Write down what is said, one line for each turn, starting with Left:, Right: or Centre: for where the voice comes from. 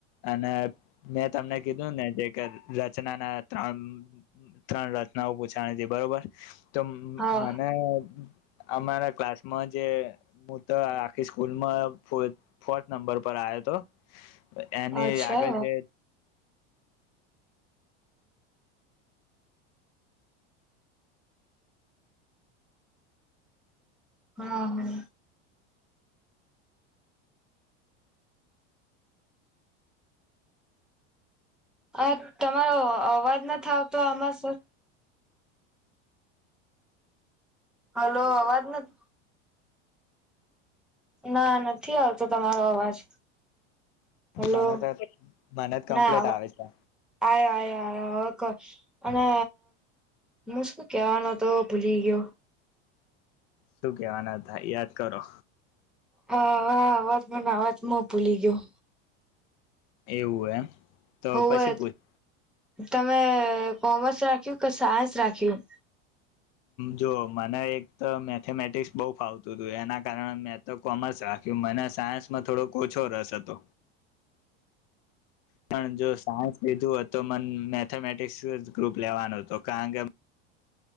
Left: અને મેં તમને કીધું ને જે કે રચના ના ત્રણ ત્રણ રચનાઓ પૂછાની હતી બરોબર તો મ
Centre: હા
Left: મને અમારા ક્લાસમાં જે હું તો આખી સ્કૂલમાં ફ ફોર્થ નંબર પર આવયો હતો એની
Centre: અચ્છા
Left: આગળ જે
Centre: હા હા આ તમારો અવાજ નથી આવતો આમાં સર હલો અવાજ નથી ના નથી આવતો તમારો અવાજ હલો
Left: માનત માનત કમ્પ્લેટ
Centre: ના આવ
Left: આવે છે
Centre: આ્યો આ હ કર અને હું શું કેવાનો તો ભૂલી ગયો
Left: શું કેવાના ભા યાદ કરો
Centre: હા હા અવાજમાંને અવાજ મો ભૂલી ગયો
Left: એવું એમ તો
Centre: હોવે
Left: પછી પૂછ
Centre: તમે કોમર્સ રાખ્યું કે સાયન્સ રાખ્યું
Left: જો મને એક તો મેથેમેટિક્સ બહુ ફાવતું હતું એના કારણે મેં તો કોમર્સ રાખ્યું મને સાયન્સમાં થોડો ઓછો રસ હતો પણ જો સાયન્સ લીધું હોત તો મને મેથેમેટિક્સ જ ગ્રુપ લેવાનો હતો કારણ કે